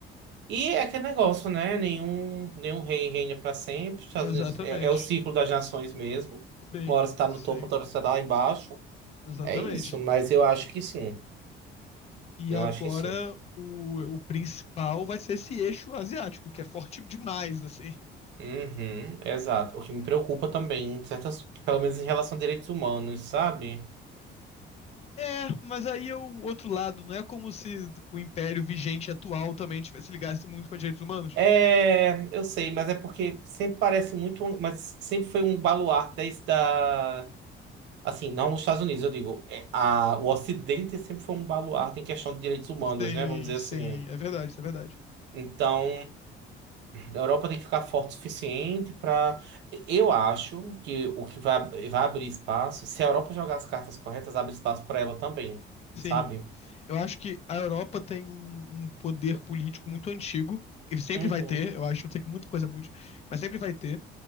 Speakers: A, on the right; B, on the left.
A: E é aquele negócio, né? Nenhum, nenhum rei reina para sempre. Estados
B: Exatamente.
A: Unidos é, é o ciclo das nações mesmo.
B: Sim,
A: Uma hora você tá
B: sim,
A: no topo, outra hora você tá lá embaixo.
B: exatamente.
A: É isso, mas eu acho que sim.
B: E
A: Eu
B: agora
A: acho que sim.
B: o, o principal vai ser esse eixo asiático, que é forte demais, assim.
A: Uhum, exato. O que me preocupa também, certas, pelo menos em relação a direitos humanos, sabe?
B: É, mas aí é o outro lado. Não é como se o império vigente atual também tivesse, se ligasse muito para direitos humanos.
A: É, eu sei, mas é porque sempre parece muito, um- mas sempre foi um baluarte desde da, assim, não nos Estados Unidos, eu digo, é, a, o Ocidente sempre foi um baluarte em questão de direitos humanos,
B: Sim,
A: né? Vamos dizer
B: sim,
A: assim.
B: é verdade, isso é verdade.
A: Então, a Europa tem que ficar forte o suficiente para. Eu acho que o que vai, vai abrir espaço, se a Europa jogar as cartas corretas, abre espaço para ela também,
B: Sim,
A: sabe?
B: eu acho que a Europa tem um, um poder político muito antigo. E sempre
A: Uhum.
B: vai ter, eu acho, não sei que muita coisa mude, mas sempre vai ter.